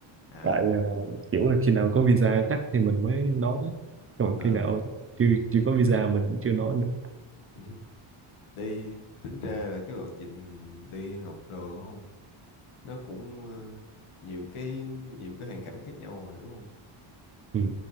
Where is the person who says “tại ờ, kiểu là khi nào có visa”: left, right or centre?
Right